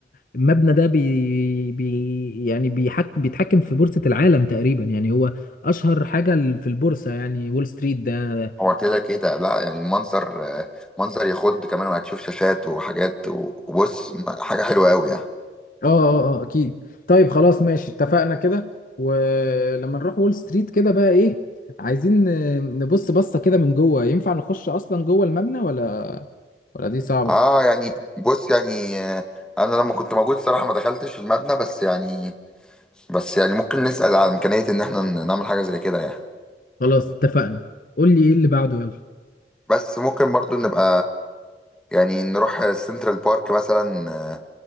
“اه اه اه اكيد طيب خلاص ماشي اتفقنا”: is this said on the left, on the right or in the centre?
Left